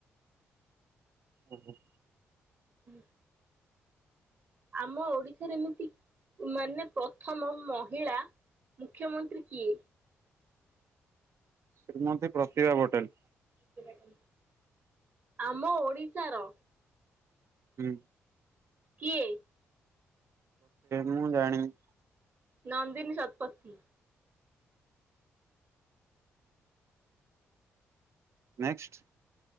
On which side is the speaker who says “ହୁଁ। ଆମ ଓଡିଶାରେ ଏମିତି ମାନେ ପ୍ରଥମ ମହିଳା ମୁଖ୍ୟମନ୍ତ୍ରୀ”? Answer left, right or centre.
Right